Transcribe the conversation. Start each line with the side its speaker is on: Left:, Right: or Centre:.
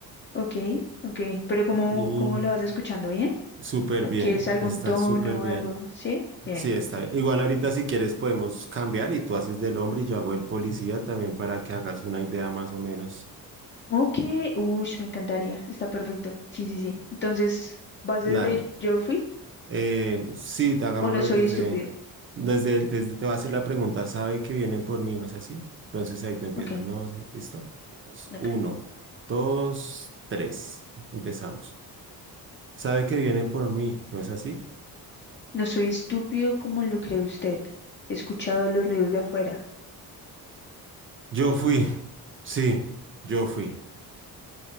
Left: Ok, ok. Pero ¿cómo,
Right: y
Left: cómo lo vas escuchando? ¿Bien?
Right: súper
Left: ¿Aquí
Right: bien,
Left: es algún
Right: está
Left: tono
Right: súper bien.
Left: o algo? ¿Sí? Bien,
Right: Sí, está
Left: bien.
Right: bien. Igual ahorita si quieres podemos cambiar y tú haces del hombre y yo hago el policía también para que hagas una idea más o menos.
Left: Ok, uy, me encantaría. Está perfecto. Sí, sí, sí. Entonces, ¿vas desde
Right: Dale.
Left: el yo fui
Right: Eh, sí, te- hagámoslo
Left: o no soy
Right: desde,
Left: estúpido?
Right: desde, el- desde, te va a hacer la pregunta, sabe que vienen por mí, ¿no es así? Entonces ahí tú empiezas,
Left: Ok,
Right: no sé, ¿listo? Pues,
Left: ok.
Right: Uno, dos, tres, empezamos. Sabe que vienen por mí, ¿no es así?
Left: No soy estúpido como lo cree usted. He escuchado los ruidos de afuera.
Right: Yo fui, <laughs> sí, yo fui.